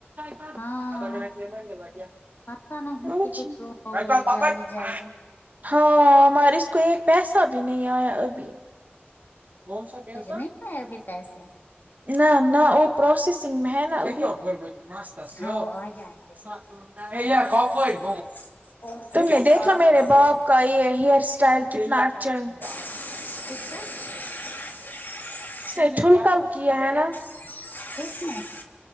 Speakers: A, on the right; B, on the left.
A: <unintelligible>
B: ہاں پتا نہیں تجھے کیوں ہو گئی جلدی جلدی
A: ہاں مریض اس کو ایک پیسہ بھی نہیں آیا ابھی کون سا پیسہ
B: تجھے نہیں پائے ابھی پیسے
A: نہ نہ وہ پروسیسنگ میں ہے <unintelligible>
B: ہاں وہ آ جائیں گے مجھے تو آ جائیں گے اور کچھ
A: تم نے دیکھا
B: خاص
A: میرے
B: بات
A: باپ کا یہ ہیئر اسٹائل کتنا اچھا ہے
B: <inaudible>
A: س ٹھمکا کیا ہے ناں
B: <inaudible>